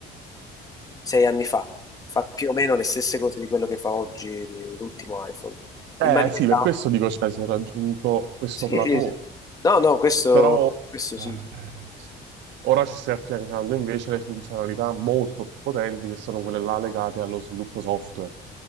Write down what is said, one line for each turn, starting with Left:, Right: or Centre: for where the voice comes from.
Left: sei anni fa fa più o meno le stesse cose di quello che fa oggi l'ultimo iPhone
Right: Eh
Left: in maniera
Right: sì, per questo dico, cioè, si è raggiunto questo
Left: Sì,
Right: plateau,
Left: sì, sì. No, no, questo,
Right: però...
Left: questo
Right: eh,
Left: sì.
Right: Ora ci stai affiancando invece le funzionalità molto più potenti che sono quelle là legate allo sviluppo software.